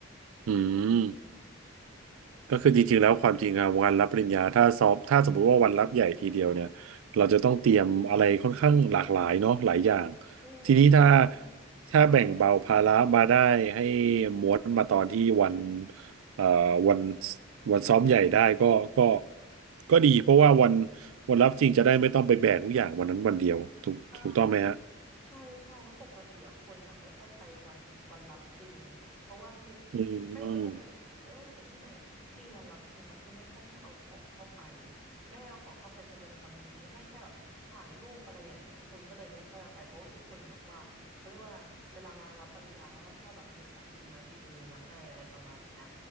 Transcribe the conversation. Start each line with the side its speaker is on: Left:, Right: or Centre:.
Right: อื
Centre: อืม
Right: ม ก็คือจริงๆแล้วความจริงอะวันรับปริญญาถ้าสอบถ้าสมมติว่าวันรับใหญ่ทีเดียวเนี่ยเราจะต้องเตรียมอะไรค่อนข้างหลากหลายเนาะหลายอย่าง
Centre: อื
Right: ทีนี้ถ้า
Centre: ม
Right: ถ้าแบ่งเบาภาระมาได้ให้
Centre: ใช่ใช่
Right: ม้วนมาตอนที่วันเอ่อวันวันซ้อมใหญ่ได้ก็ก็ก็ดีเพราะว่าวันวันรับจริงจะได้ไม่ต้องไปแบกทุกอย่างวันนั้นวันเดียวถูกถูกต้องไหมฮะ
Centre: อ่าใช่ใช่เพราะปกติอะคนอ่ะไม่ค่อยไปวันวันรับจริงเพราะว่าทุก
Right: อืม
Centre: ไม่ว่าจะเป็นไม่ว่าจะเป็นที่ไหนอะทุกที่วันรับจริงมักจะไม่ค่อยให้เอาของเข้าไปไม่ให้เอาของเข้าไปแสดงความยินดีให้แค่แบบถ่ายรูปอะไรอย่างเงี้ยคนก็เลยไม่ค่อยเอาไปเพราะว่าทุกคนแบบว่าเขาเรียกว่าเวลามารับปริญญาเขาก็ชอบแบบมีของติดไม้ติดมือมาให้อะไรประมาณเนี้ย